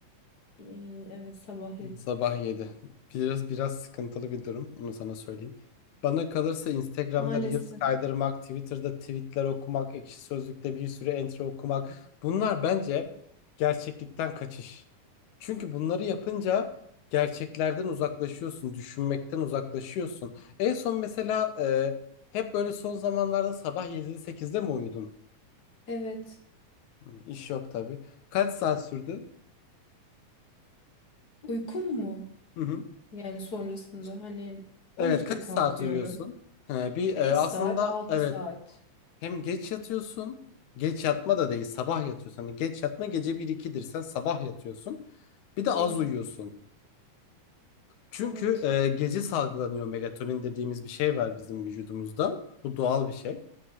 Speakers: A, on the left; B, on the left.
A: Ee, evet sabah yedi.
B: Sabah 7. Biraz biraz sıkıntılı bir durum. Onu sana söyleyeyim. Bana kalırsa Instagram'da
A: Maalesef.
B: Reels kaydırmak, Twitter'da tweetler okumak, Ekşi Sözlük'te bir sürü entry okumak. Bunlar bence gerçeklikten kaçış. Çünkü bunları yapınca gerçeklerden uzaklaşıyorsun, düşünmekten uzaklaşıyorsun. En son mesela e, hep böyle son zamanlarda sabah 7'de 8'de mi uyudun?
A: Evet.
B: Hı, İş yok tabii. Kaç saat sürdü?
A: Uykum mu?
B: Hı hı.
A: Yani sonrasında hani
B: Evet,
A: 12'de
B: kaç
A: kalkıyorum.
B: saat uyuyorsun? He, bir e,
A: beş
B: aslında
A: saat, 6
B: evet
A: saat.
B: Hem geç yatıyorsun. Geç yatma da değil sabah yatıyorsun. Hani geç yatma gece bir 2dir Sen sabah yatıyorsun. Bir de az
A: Doğru.
B: uyuyorsun. Çünkü
A: Evet.
B: e, gece salgılanıyor melatonin dediğimiz bir şey var bizim vücudumuzda. Bu doğal bir şey.